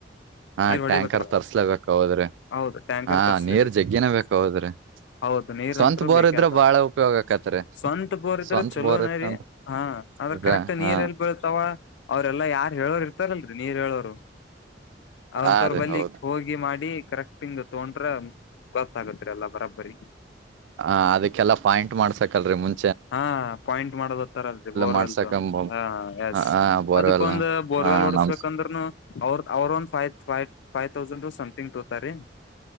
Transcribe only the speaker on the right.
ಹಾ
ಟ್ಯಾಂಕರ್ ತರ್ಸ್ಲೇಬೇಕ ಹದ್ರಿ
ಹ
ನೀರ್ ಜಗ್ಗಿನ ಬೇಕ ಹೌದ್ರಿ.
ಸ್ವಂತ ಬೋರ್
ಇದ್ರ
ಬಾಳ ಉಪಯೋಗ ಆಕತ್ರಿ
ಸ್ವಂತ
ಬೋರ್ ಇತ್ತ
ಇಬ್ರಾ
ಹಾ
ಆ ರೀ
ಹೌದು
ಹ ಅದಕ್ಕೆಲ್ಲಾ ಪಾಯಿಂಟ್ ಮಾಡ್ಸಕಲ್ರಿ ಮುಂ
ಮಾಡ್ಸಕ
ಆ ಬೋರ್ವೆಲ್
ಹಾ
ನಮ್